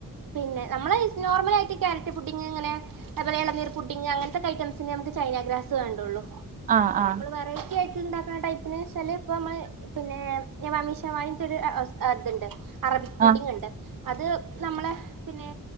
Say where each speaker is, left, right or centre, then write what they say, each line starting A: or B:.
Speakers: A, on the right; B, on the right.
A: പിന്നെ നമ്മളെ നോർമൽ ആയിട്ട് ഈ ക്യാരറ്റ് പുഡിങ്ങ് ഇങ്ങനെ അതുപോല എളനീർ പുഡിങ് അങ്ങനത്തെ ഐറ്റംസിനൊക്കെ നമ്മക്ക് ചെനഗ്രാസ് വേണ്ടുള്ളൂ
B: ആഹ് ആഹ്
A: നമ്മള് വെറൈറ്റി ആയിട്ട് ഇണ്ടാക്കണ ടൈപ്പിന് വെച്ചാല് ഇപ്പ നമ്മള് പിന്നെ ഞാൻ വാമീഷവായിട്ടൊരു അ ആഹ് ഇതുണ്ട് അറബിക്
B: ആഹ്
A: പുഡിങ് ഇണ്ട് അത് നമ്മളെ പിന്നെ